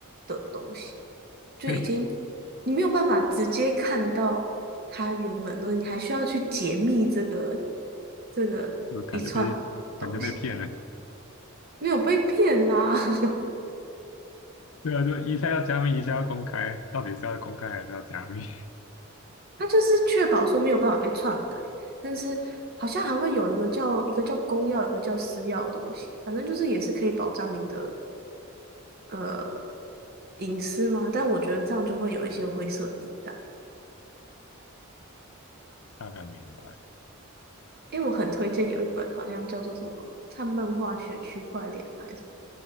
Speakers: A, on the right (about 50°); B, on the left (about 80°).
A: 的东西，就已经
B: <laughs>
A: 你没有办法直接看到它原本的东西，你还需要去解密这个这个一串东西，
B: 就感觉被感觉被骗了。
A: 没有被骗啦。<laughs>
B: 对啊，就一下要加密，一下要公开，到底是要公开还是要加密？<laughs>
A: 它就是确保说没有办法被篡改，但是好像还会有一个叫一个叫公钥，一个叫私钥的东西，反正就是也是可以保障你的呃隐私嘛。但我觉得这样就会有一些灰色地带。
B: 大概明白。
A: 因为我很推荐有一本好像叫做什么《看漫画学区块链》还是什么